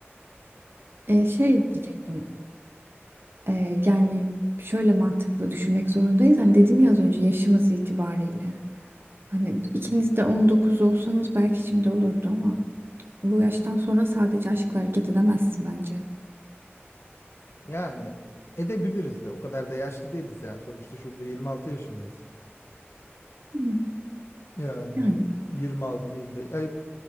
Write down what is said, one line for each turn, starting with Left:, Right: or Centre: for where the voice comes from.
Right: E, şey diyecektim. Ee, yani şöyle mantıklı düşünmek zorundayız. Hani dedim ya az önce yaşımız itibariyle. Hani ikiniz de 19 olsanız belki şimdi olurdu ama bu yaştan sonra sadece aşkla hareket edemezsin bence.
Left: Yani edebiliriz de o kadar da yaşlı değiliz yani. Sonuçta şurada 26 yaşındayız.
Right: Hı.
Left: Yani
Right: Yani
Left: 26 25 ay